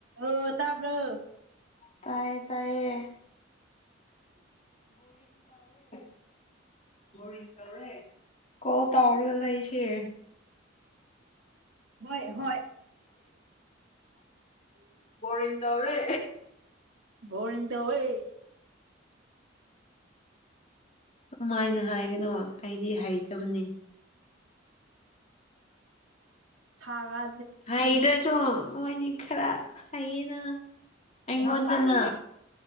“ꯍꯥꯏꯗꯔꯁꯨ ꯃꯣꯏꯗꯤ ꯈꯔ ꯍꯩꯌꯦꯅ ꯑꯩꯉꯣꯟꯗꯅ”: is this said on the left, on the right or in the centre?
Left